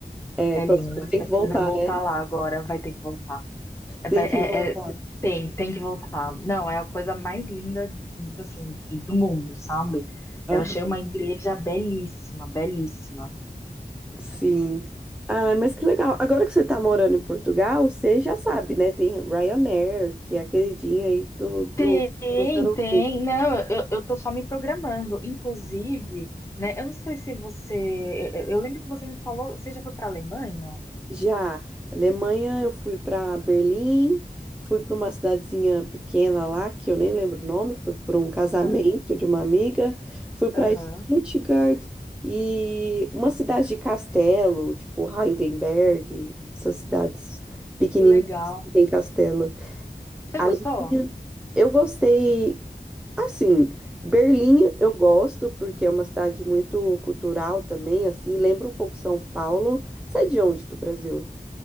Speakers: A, in the centre; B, on the left (about 15°).
A: É,
B: É
A: próximo
B: lindo.
A: eu
B: Você
A: tenho que
B: precisa
A: voltar,
B: voltar
A: né?
B: lá agora. Vai ter que voltar. É,
A: Tem
B: vai-
A: que
B: é-
A: voltar.
B: é- tem, tem que voltar. Não, é a coisa mais linda, assim, de- do mundo, sabe?
A: Aham.
B: Eu achei uma igreja belíssima, belíssima.
A: Sim. Ah, mas que legal. Agora que você tá morando em Portugal, você já sabe, né? Tem Ryanair, que é a queridinha aí do, do,
B: Tem,
A: dos europeus.
B: tem. Não, eu, eu tô só me programando. Inclusive, né? Eu não sei se você. Eu, eu- eu lembro que você me falou. Você já foi pra Alemanha?
A: Já, Alemanha, eu fui para Berlim, fui para uma cidadezinha pequena lá, que eu nem lembro o nome, foi para um casamento
B: Aham,
A: de uma amiga, fui para
B: aham.
A: Stuttgart e uma cidade de castelo, tipo Heidelberg, essas cidades pequenininhas
B: Que legal.
A: que tem castelo.
B: Você
A: Alemanha,
B: gostou?
A: eu gostei, assim, Berlim eu gosto porque é uma cidade muito cultural também, assim, lembra um pouco São Paulo. Você é de onde, do Brasil?